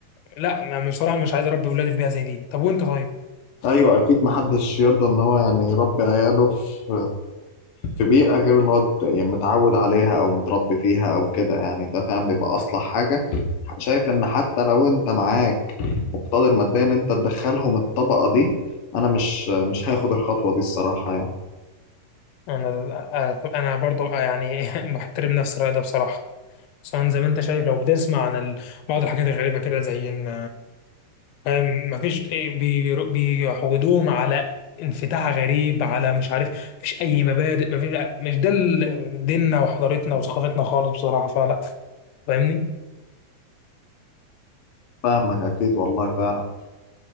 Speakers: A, on the left; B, on the left.
A: لا انا بصراحة مش عايز اربي ولادي في بيئة زي دي طب وانت طيب
B: ايوه اكيد محدش يرضى ان هو يعني يربي عياله في في بيئه غير اللي هو ت- يعني متعود عليها او متربي فيها او كده يعني ده فعلا بيبقى اصلح حاجه شايف ان حتى لو انت معاك مقتدر ماديا ان انت تدخلهم الطبقه دي انا مش مش هاخد الخطوه دي الصراحه يعني
A: انا انا برضه يعني <laughs> محترم نفس الرأي ده بصراحة خصوصا زي ما انت شايف لو بتسمع عن ال- بعض الحاجات الغريبة كده زي ان أم، مفيش إيه، بي- بيعودوهم على انفتاح غريب على مش عارف مفيش اي مبادئ مفيش مش ده ال- ديننا وحضارتنا وثقافتنا خالص بصراحه فلا فاهمني
B: فاهمك اكيد والله فعلا